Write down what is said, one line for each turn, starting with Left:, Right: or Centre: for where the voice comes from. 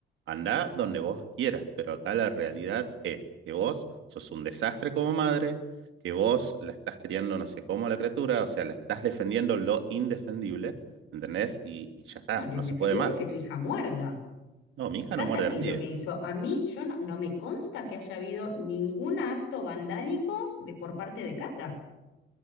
Right: Andá donde vos quieras, pero acá la realidad es que vos sos un desastre como madre, que vos la estás criando no sé cómo a la criatura, o sea, la estás defendiendo lo indefendible, ¿entendés? Y, y ya está,
Left: No, lo
Right: no
Left: indefendible
Right: se puede más.
Left: es que tu hija muerda.
Right: No, mi hija
Left: Cata,
Right: no muerde
Left: ¿qué
Right: a nadie.
Left: es lo que hizo? A mí, yo no, no me consta que haya habido ningún acto vandálico de, por parte de Cata.